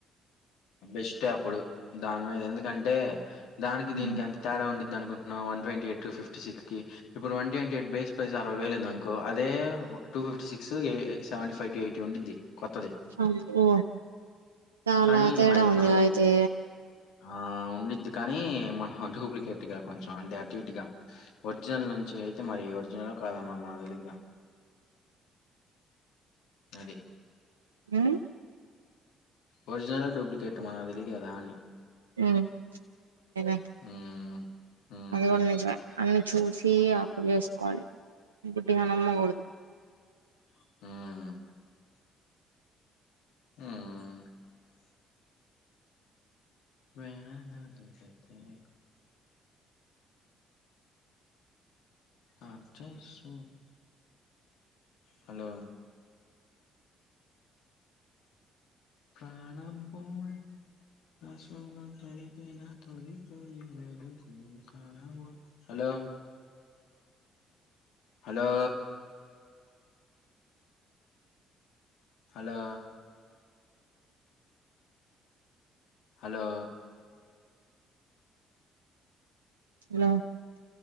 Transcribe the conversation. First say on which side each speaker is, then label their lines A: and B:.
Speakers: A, on the left (about 65°); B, on the right (about 85°).
A: బెస్ట్ ఏ అప్పుడు దాని ఎందుకంటే దానికి
B: ఉమ్
A: దీనికి ఎంత తేడా ఉండిద్ది అనుకుంటున్నా one twenty eight fifty six కి ఇప్పుడు one twenty eight base price అరవై వేలు ఉందం అదే two fifty six seventy five to eighty ఉండిద్ది కొత్తది
B: అబ్బో చాలా
A: కానీ
B: తేడా
A: మరి
B: ఉంది
A: మన
B: అయితే
A: ఆ ఉండిద్ది కానీ మనం డూప్లికేట్ గా కొంచెం అంటే అటు ఇట్గా ఒరిజినల్ నుంచి అయితే మరి ఒరిజినల్ కాదా మనం మనకి తెలిదుగా అది
B: ఉమ్
A: ఒరిజినలా డూప్లికేట్టు మనకి తెలియదు కదా అని
B: ఉమ్ ఏ ప
A: హ్మ్ హ్మ్
B: అది కూడా నిజమేఅన్ని చూసి అప్పు చేసుకోవాలి గుడ్డి గా న మ్మ గూ డదు
A: ఉమ్ ఉమ్ వెేణ నా తెలిసేది ఆర్ చై సు హలో ప్రాణమ్ పోయ్ నా స్వము తడిపిన తొలి తొలి మెలుకువ కలవను hello hello hello hello
B: hello